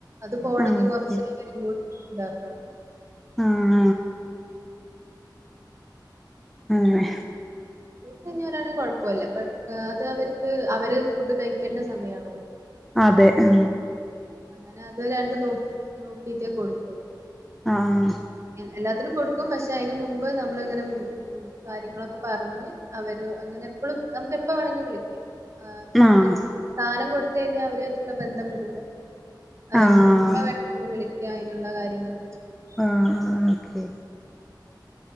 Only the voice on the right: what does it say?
അത് പോണങ്കിൽ
കുറച്ച് ഇതാക്കണം
കയിഞ്ഞവരാണെ കുഴപ്പല്ല ബട്ട് അത് അവർക്ക് അവര് ഫുഡ് കഴിക്കേണ്ട സമയാണല്ലോ
അങ്ങനെ അത് രണ്ട് നോക്കി നോക്കിട്ടേ കൊടുക്കുള്ളൂ
എൽ- എല്ലാത്തിനും കൊടുക്കും പക്ഷെ അതിന് മുമ്പ് നമ്മൾ ഇങ്ങനെ കാര്യങ്ങളൊക്കെ പറഞ്ഞ് അവര് അങ്ങനെ എപ്പളും നമക്ക് എപ്പ വേണങ്കി വിളിക്കാം ആ
മറ്റേ സ്ഥാനം കൊടുത്ത് ത് കഴിഞ്ഞാ അവരായിട്ടുള്ള ബന്ധം വിടൂലാ അവർക്ക്
എപ്പോ വേണെങ്കിലും വിളിക്ക അതിനുള്ള കാര്യങ്ങളക്കെ ചോദിക്കാം
അങ്ങനെ